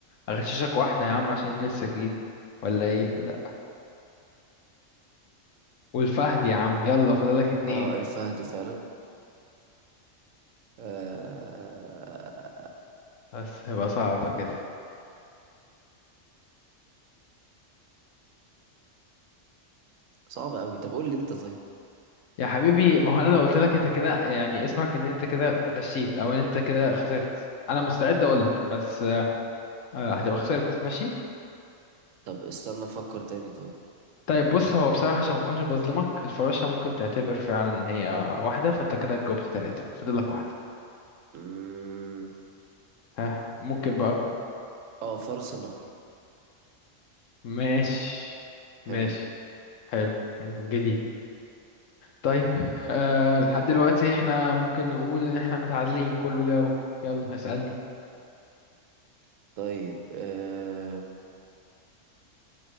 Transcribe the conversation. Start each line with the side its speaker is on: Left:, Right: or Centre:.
Left: أغششك واحدة يا عم عشان أنت لسه جديد ولا إيه لأ والفهد يا عم يلا فاضلك اتنين
Right: اه الفهد فعلا آه...
Left: بس هيبقى صعب كده
Right: صعب قوي طب قول لي انت طيب
Left: يا حبيبي ما هو أنا لو قلت لك أنت كده يعني اسمعك إن أنت كده غشيت أو إن أنت كده خسرت أنا مستعد أقول لك بس آه، هتبقى خسرت ماشي
Right: طب استنى افكر تاني طيب
Left: طيب بص هو بصراحة عشان ما اكونش بظلمك الفراشة ممكن تعتبر فعلا ان هي واحدة فانت كده جاوبت ثلاثة فاضل لك واحدة
Right: مم...
Left: ها ممكن بقى
Right: اه فرس النهر
Left: ماشي
Right: حلو
Left: ماشي
Right: ده
Left: حلو جديد طيب أه لحد دلوقتي احنا ممكن نقول ان احنا متعادلين كله جاوب يلا اسألني
Right: طيب آم،